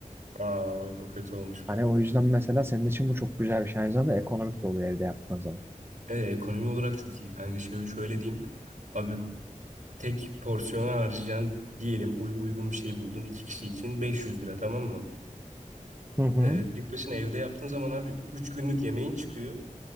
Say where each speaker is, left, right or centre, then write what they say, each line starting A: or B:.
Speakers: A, on the right; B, on the right.
A: Aa evet o kötü olmuş
B: Hani
A: bak.
B: o yüzden mesela senin için bu çok güzel bir şey. Aynı zamanda ekonomik de oluyor evde yaptığın zaman.
A: Ee, ekonomi olarak çok iyi kanka. Şöyle, şöyle diyeyim. Abi tek porsiyona harcayacaksın diyelim uy- uygun bir şey buldun. iki kişi için 500 lira tamam mı?
B: Hı hı.
A: Ee, tek başına evde yaptığın zaman abi 3 günlük yemeğin çıkıyor